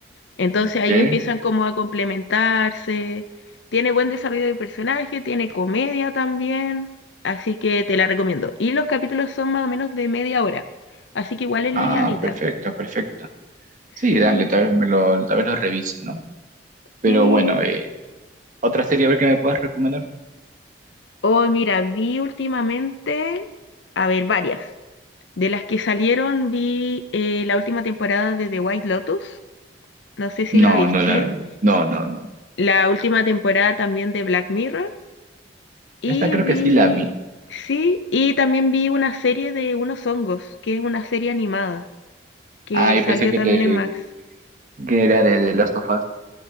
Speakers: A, on the left; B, on the right.
A: Entonces
B: ok.
A: ahí empiezan como a complementarse. Tiene buen desarrollo de personaje, tiene comedia también. Así que te la recomiendo. Y los capítulos son más o menos de media hora. Así que igual es
B: Ah,
A: livianita.
B: perfecto, perfecto. Sí,
A: Sí,
B: dale, tal vez me lo, tal vez lo revise, ¿no? Pero
A: sí.
B: bueno, eh, ¿otra serie a ver que me puedas recomendar?
A: Oh, mira, vi últimamente, a ver, varias. De las que salieron, vi eh, la última temporada de The White Lotus, no sé si la
B: No,
A: viste.
B: no la vi. No, no, no.
A: La última temporada también de Black Mirror. Y
B: Esta creo
A: vi,
B: que sí la vi.
A: sí, y también vi una serie de unos hongos, que es una serie animada, que
B: Ah, yo
A: salió
B: pensé que
A: también
B: te,
A: en Max.
B: que era de The Last of Us.